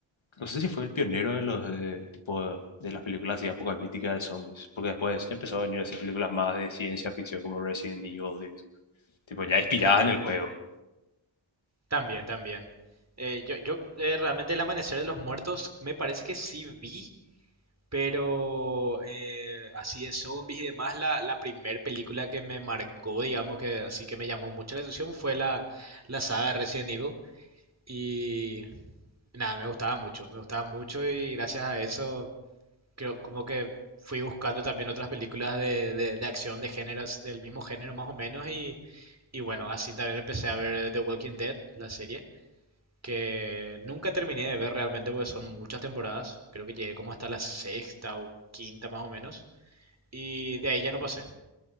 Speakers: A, on the left; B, on the right.
A: no sé si fue el pionero de los de, tipo de las películas así apocalípticas de zombies, porque después empezó a venir así películas más de ciencia ficción como Resident Evil, tipo ya inspiradas
B: Claro,
A: en el juego.
B: también, también. Eh, yo yo eh, realmente El Amanecer de los Muertos me parece que sí vi, Pero eh, así de zombies y demás, la, la primera película que me marcó, digamos que así que me llamó mucho la atención fue la, la saga de Resident Evil. Y nada, me gustaba mucho, me gustaba mucho y gracias a eso creo como que fui buscando también otras películas de, de, de acción de géneros, del mismo género más o menos. Y, y bueno, así también empecé a ver The Walking Dead, la serie que nunca terminé de ver realmente porque son muchas temporadas. Creo que llegué como hasta la sexta o quinta más o menos. Y de ahí ya no pasé.